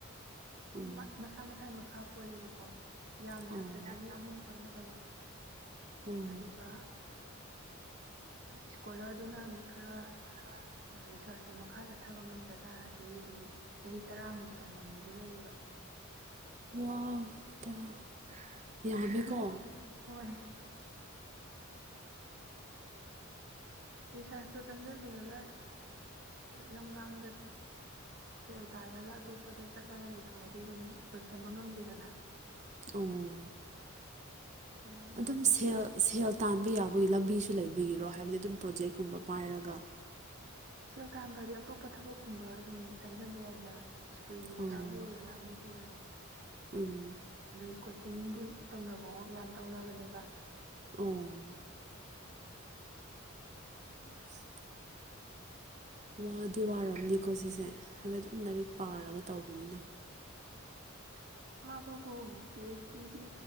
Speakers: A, on the right (about 35°); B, on the right (about 55°).
A: ꯎꯝ
B: ꯃꯠ ꯃꯁꯥ ꯃꯁꯥꯏ ꯃꯈꯥ ꯄꯣꯜꯂꯦꯕꯀꯣ ꯌꯥꯝꯗ꯭ꯔꯕꯗ
A: ꯑꯣ
B: ꯆꯍꯤ
A: ꯑꯣ
B: ꯑꯍꯨꯝ ꯆꯪꯒꯗꯕ
A: ꯎꯝ
B: ꯑꯗꯨꯒ ꯇꯝ ꯏꯁꯀꯣꯂꯔꯗꯨꯅ ꯃ ꯈꯔ
A: ꯑꯗꯨꯒ
B: ꯔꯤꯁꯥꯔꯁꯇꯣ ꯃꯈꯥ ꯆꯠꯊꯕ ꯉꯝꯗ ꯇꯥꯔꯗꯤ ꯑꯗꯨꯝ ꯆꯍꯤ ꯇꯔꯥꯃꯨꯛ ꯆꯪꯕ ꯃꯤꯁꯨ ꯂꯩꯌꯦꯕ
A: ꯋꯥ ꯇꯔꯥ ꯌꯥꯝꯃꯦꯀꯣ
B: ꯑꯗꯨꯝ ꯍꯣꯏ ꯔꯤꯁꯥꯔꯁꯇꯣ ꯆꯪꯖꯜꯂꯨꯔꯒ ꯂꯝꯒꯥꯡꯗ ꯗꯨꯝ ꯁꯦꯜ ꯇꯥꯜꯂꯒ ꯑꯇꯣꯞꯄꯗ ꯆꯠꯂꯒ ꯂꯩꯊꯣꯛꯑꯗꯤ ꯑꯗꯨꯝ ꯂꯣꯏꯁꯟꯕ ꯉꯝꯗꯦꯗꯅ
A: ꯎꯝ
B: ꯑꯗꯨꯃꯥꯏꯅ
A: ꯑꯗꯨꯝ
B: ꯇꯧꯅꯕꯁꯨ
A: ꯁꯦꯜ
B: ꯂꯩ
A: ꯁꯦꯜ ꯇꯥꯟꯕ ꯌꯥꯕꯒꯤ ꯂꯝꯕꯤꯁꯨ ꯂꯩꯕꯒꯤꯔꯣ ꯍꯥꯏꯕꯗꯤ ꯑꯗꯨꯝ ꯄ꯭ꯔꯣꯖꯦꯛꯀꯨꯝꯕ ꯄꯥꯏꯔꯒ
B: ꯁꯦꯜ ꯇꯥꯟꯕ ꯍꯥꯏꯗꯤ ꯑꯇꯣꯞꯄ ꯊꯕꯛꯀꯨꯝꯕ ꯑꯗꯨꯝ ꯆꯪꯖꯟꯕ ꯌꯥꯏꯗꯅ ꯁ꯭ꯀꯨꯜꯒꯤ
A: ꯑꯣ
B: ꯑꯣꯖꯥꯕꯨ
A: ꯁ꯭ꯀꯨꯜꯒꯤ
B: ꯑꯣꯏꯔꯣ ꯑꯃꯕꯨ
A: ꯑꯣꯖꯥꯕꯨ
B: ꯑꯣꯏꯔꯣ
A: ꯑꯣꯏꯔꯣ ꯎꯝ
B: ꯑꯗꯩ ꯀꯣꯆꯤꯡꯒꯤ ꯇꯧꯅꯕꯋꯣ ꯌꯥꯝ ꯇꯧꯅꯕꯅꯦꯕ
A: ꯎꯝ ꯎꯞꯁ ꯋꯥꯗꯤ ꯋꯥꯔꯝꯅꯤꯀꯣ ꯁꯤꯁꯦ ꯍꯥꯏꯗꯤ ꯑꯗꯨꯝ ꯂꯥꯏꯔꯤꯛ ꯄꯥꯔꯒ ꯇꯧꯕꯅꯤꯅ
B: ꯋꯥꯕꯕꯨ ꯄꯤ ꯍꯩꯆ ꯗꯤꯒꯤ